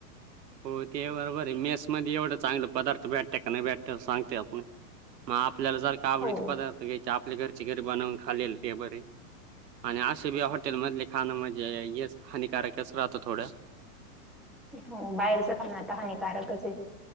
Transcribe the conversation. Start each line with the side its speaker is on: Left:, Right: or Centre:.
Right: हो ते बरोबर आहे, मेस मध्ये एवढं चांगले पदार्थ भेटता का नाही भेटत्याल सांगता आपण, मग आप आपल्याला जर का आवडचे
Centre: हो
Right: पदार्थ घ्यायचे आप आप घरची घरी बनवून खालेल हे बर आणि असे बी हॉटेल मधले खाणं म्हणजे हेच हानिकारकच राहतं थोड.
Centre: हो बाहेरचं खाणं आता हानिकारकच आहे.